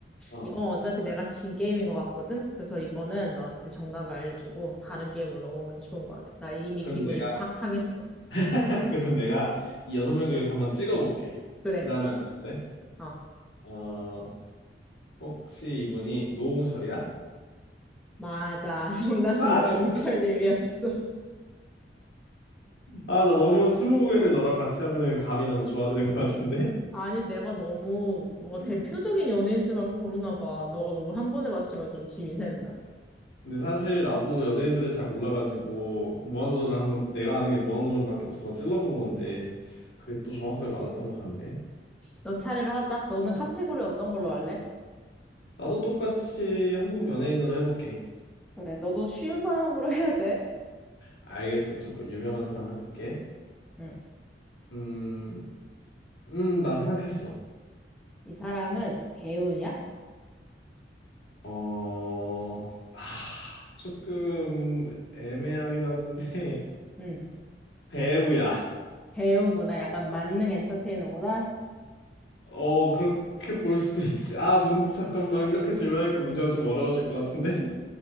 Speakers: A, on the left (about 65°); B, in the centre.
A: 어,
B: 이건 어차피 내가 진 게임인 것 같거든? 그래서 이거는 너한테 정답을 알려주고 다른 게임으로 넘어가는 게 좋은 것 같아. 나 이미
A: 그럼
B: 기분이
A: 내가,
B: 팍 상했어.
A: <laughs> 그럼 내가 이 여섯 명 중에서 한번 찍어볼게.
B: 그래.
A: 그 다음에 알려줄래?
B: 어.
A: 어, 혹시 이분이 노홍철이야?
B: 맞아. <laughs> 정답은
A: 아,
B: 너홍철님이었어.
A: 진- 아, 나 너무 스무고개를 너랑 같이 하면은 감이 너무 좋아지는 것 같은데?
B: 아니, 내가 너무 뭔가 대표적인
A: 음.
B: 연예인들만 고르나 봐. 너가 너무 한 번에 맞추니까 좀 힘이 센다.
A: 근데 사실 나도 연예인들을 잘 몰라가지고 무한도전을 한번 내가 아는 게 무한도전밖에 없어서 찔러본 건데 그게 또 정확하게 맞았던 것 같네.
B: 너 차례를 하자. 너는 카테고리 어떤 걸로 할래?
A: 나도 똑같이 한국 연예인으로 해볼게.
B: 그래, 너도 쉬운 사람으로 해야 돼.
A: 알겠어. 조금 유명한 사람 해볼게.
B: 응.
A: 음, 음, 나 생각했어.
B: 이 사람은 배우냐?
A: 어, 아, 조금 애매하긴 한데
B: 응.
A: <laughs> 배우야.
B: 배우구나. 약간 만능 엔터테이너구나.
A: 어, 그렇게 볼 수도 있지. 아, 문, 잠깐만. 이렇게 질문하니까 문제가 좀 어려워질 것 같은데. <laughs>